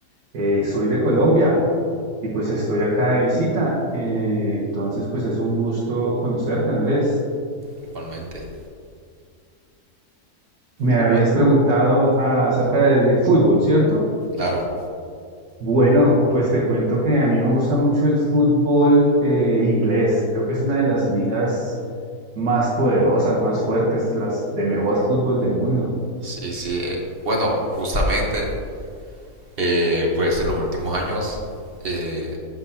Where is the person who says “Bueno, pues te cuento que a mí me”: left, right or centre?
Right